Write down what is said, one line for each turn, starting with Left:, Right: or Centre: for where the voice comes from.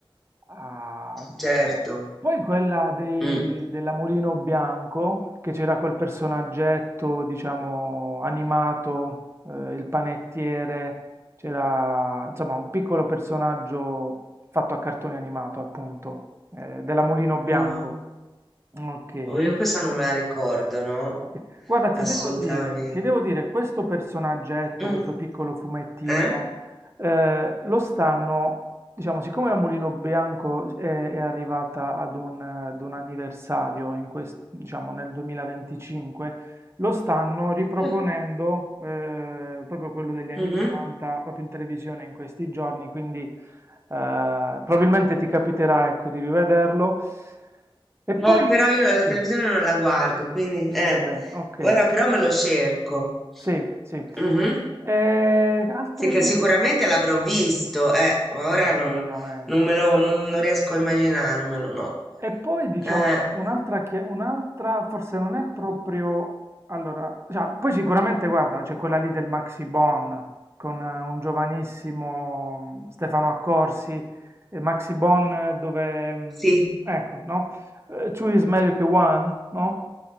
Right: Ah,
Centre: certo.
Right: boh. poi quella dei,
Centre: Mm.
Right: della Mulino Bianco, che c'era quel personaggetto, diciamo, animato, eh, il panettiere, c'era, insomma, un piccolo personaggio fatto a cartone animato, appunto, eh, della Mulino Bianco.
Centre: No.
Right: Ok.
Centre: Oh, io questa non me la ricordo, no?
Right: Ok. Guarda, ti
Centre: Assolutamente.
Right: devo dire, ti devo dire, questo personaggetto,
Centre: Mm,
Right: questo piccolo fumettino,
Centre: eh?
Right: eh, lo stanno, diciamo, siccome la Mulino Bianco è, è arrivata ad un, ad un anniversario in quest- diciamo, nel 2025, lo stanno riproponendo,
Centre: Eh,
Right: eh, proprio quello degli anni
Centre: mhm.
Right: 80, proprio in televisione in questi giorni, quindi eh, probabilmente ti capiterà, ecco, di rivederlo. E poi,
Centre: Eh, però io la
Right: sì,
Centre: televisione non la guardo, quindi... Eh.
Right: va bene, ok.
Centre: Ora però me lo cerco.
Right: Sì, sì.
Centre: Mhm.
Right: E altre
Centre: Sì, che
Right: pubblicità
Centre: sicuramente l'avrò visto, eh, ma ora non,
Right: sicuramente.
Centre: non me lo, non, non riesco a immaginarmelo, no.
Right: E poi diciamo
Centre: Eh,
Right: un'altra, che- un'altra forse non è proprio... Allora, cioè, poi sicuramente guarda, c'è quella lì del Maxi Bon con eh, un giovanissimo mm, Stefano Accorsi, e Maxi Bon eh, dove... mm,
Centre: sì,
Right: Ecco, no? Eh, Two is meglio che one, no?